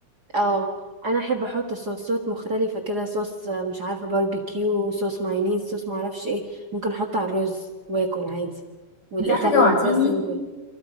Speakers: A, on the right (about 40°); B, on the left (about 65°).
A: اه انا احب احط صوصات مختلفة كده صوص آه، مش عارفة باربيكيو صوص مايونيز صوص معرفش ايه ممكن احطه على الرز واكل عادي والايطاليان
B: انت عارفه جوعتيني
A: دريسنج وال...